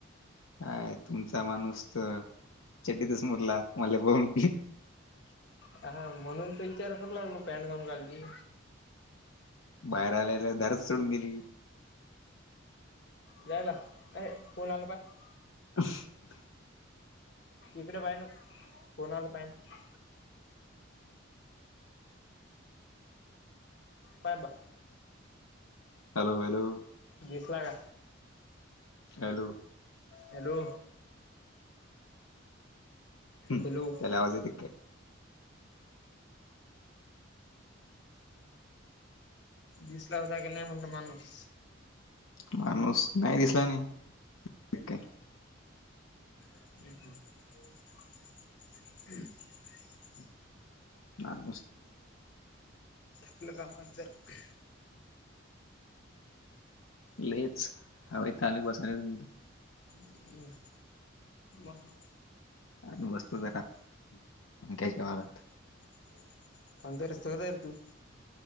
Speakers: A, on the left; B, on the left.
A: काय तुमचा माणूस तर चडीतच मुतला मले बगून.
B: हा म्हणून तर विचार करू लागलो पॅन्ट गाऊन घालली.
A: बाहेर आलेला दारच सोडून दिली.
B: जाय बा ए कोणा आल बा <unintelligible>
A: अश <unintelligible>
B: इकडे पाहि ना कोणाला पाहि ना पहि बा
A: हॅलो हॅलो
B: दिसला का?
A: हॅलो
B: हॅलो
A: ह्
B: हॅलो
A: त्याला आवाज येत काय?
B: दिसला होता का नाही म्हणलं माणुस?
A: माणूस काय दिसला नाही. काय
B: हम् हम ह
A: <unintelligible>
B: आपलं कामात जरा
A: लच हवे ली बसाले त त
B: हम मग-
A: आम्ही बसतो जरा पंख्याच्या वाऱ्यात.
B: <inaudible> अंत रस्तवता तू <unintelligible>